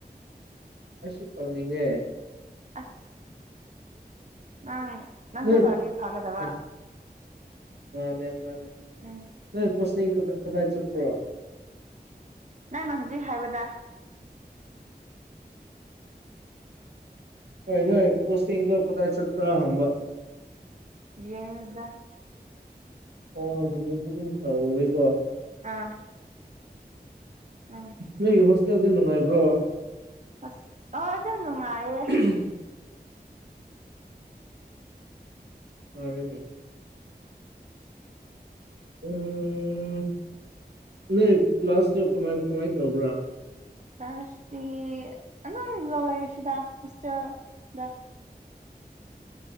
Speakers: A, on the right; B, on the right.
A: ꯑꯩꯁꯨ ꯇꯧꯅꯤꯡꯉꯦ
B: ꯑꯁ <unintelligible>
A: <unintelligible>
B: ꯐꯒꯗꯕ
A: ꯃꯥꯅꯦ ꯃꯥꯅꯦ
B: ꯎꯝ
A: <unintelligible> <unintelligible> ꯀꯗꯥꯏ ꯆꯠꯄ꯭ꯔꯣ
B: ꯅꯪꯅ ꯍꯧꯖꯤꯛ ꯍꯥꯏꯕꯗꯥ
A: ꯍꯣꯏ ꯅꯣꯏ ꯄꯣꯁꯇꯤꯡꯗꯣ ꯀꯗꯥꯥꯏ ꯆꯠꯄ꯭ꯔꯥ ꯍꯪꯕ
B: ꯖꯦꯅꯤꯝꯁꯗ
A: ꯑꯣ ꯖꯦꯅꯤꯝꯁꯄꯨꯗꯤ ꯇꯧꯋꯤꯀꯣ
B: ꯑꯥ ꯎꯝ
A: ꯅꯣꯏꯒꯤ ꯍꯣꯁꯇꯦꯜꯗ ꯅꯨꯡꯉꯥꯏꯕ꯭ꯔꯣ
B: ꯑꯁ ꯑꯣ ꯑꯗꯨꯝ ꯅꯨꯡꯉꯥꯏꯌꯦ
A: <inaudible> ꯐꯔꯦꯅꯦ ꯎꯝ ꯅꯣꯏ ꯀ꯭ꯂꯥꯁꯇꯣ ꯀꯃꯥꯏ ꯀꯃꯥꯏꯟ ꯇꯧꯕ꯭ꯔꯥ
B: ꯀꯂ꯭ꯥꯁꯇꯤ ꯑꯗꯨꯝ ꯂꯣꯏꯔꯦ ꯁꯤꯗ ꯍꯣꯁꯇꯦꯜꯗ